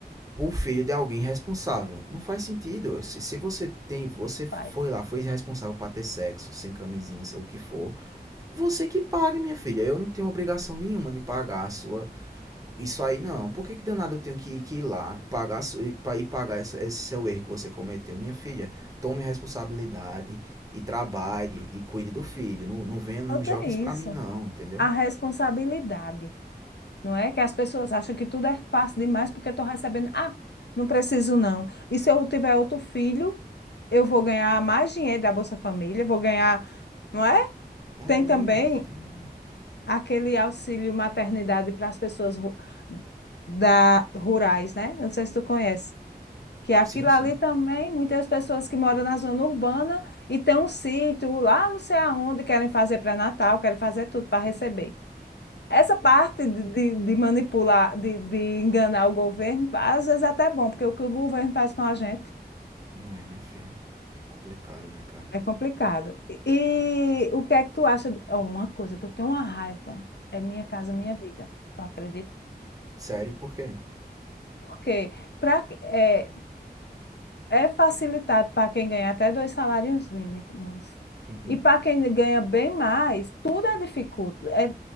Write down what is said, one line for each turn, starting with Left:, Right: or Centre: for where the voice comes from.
Right: Por um filho de alguém irresponsável. Não faz sentido. Se, se você tem. Você foi
Left: faz.
Right: lá, foi irresponsável para ter sexo, sem camisinha, sei o que for. Você que pague, minha filha. Eu não tenho obrigação nenhuma de pagar a sua isso aí não. Por que, que danado eu tenho que, que ir lá pagar, su- ir pagar essa- esse seu erro que você cometeu? Minha filha, tome responsabilidade e trabalhe e cuide do filho. Não, não venha, não
Left: Falta
Right: jogue
Left: isso,
Right: isso pra mim, não, entendeu?
Left: a responsabilidade. Não é que as pessoas acham que tudo é fácil demais porque estou recebendo. Ah, não preciso não. E se eu tiver outro filho, eu vou ganhar mais dinheiro da Bolsa Família, vou ganhar, não é?
Right: É, é,
Left: Tem também
Right: minha filha. é.
Left: aquele auxílio maternidade para as pessoas ru- da rurais, né? Não sei se tu conhece. Que aquilo
Right: Sim, sim.
Left: ali também, muitas pessoas que moram na zona urbana e têm um sítio lá, não sei aonde, querem fazer pré-natal, querem fazer tudo para receber. Essa parte de, de- de manipular, de, de enganar o governo, às vezes até é bom, porque o que o governo faz com a gente
Right: Não é, minha filha. É complicado, né, cara?
Left: é complicado. E, e o que é que tu acha? de- Oh, Uma coisa que eu tenho uma raiva é minha casa, minha vida. Tu acredita?
Right: Sério, por quê?
Left: Por quê? Pra, é, É facilitado para quem ganha até dois salários mínimos.
Right: Uhum.
Left: E para quem ganha bem mais, tudo é dificulto. É,